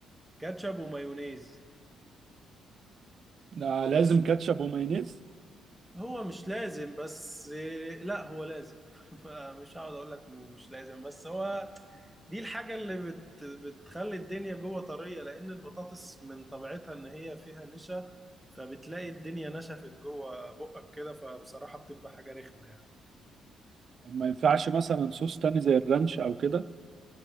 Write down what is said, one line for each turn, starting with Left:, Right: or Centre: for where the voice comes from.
Centre: كاتشب ومايونيز
Right: <laughs> ده لازم كاتشب ومايونيز
Centre: هو مش لازم بس لا هو لازم <laughs> مش هقعد اقول لك مش لازم بس هو دي الحاجة اللي بت بتخلي الدنيا جوه طرية لان البطاطس من طبيعتها ان هي فيها نشا فبتلاقي الدنيا نشفت جوه بقك كده فبصراحة بتبقى حاجة رخمة يعني
Right: ما ينفعش مثلا صوص تاني زي الرانش او كده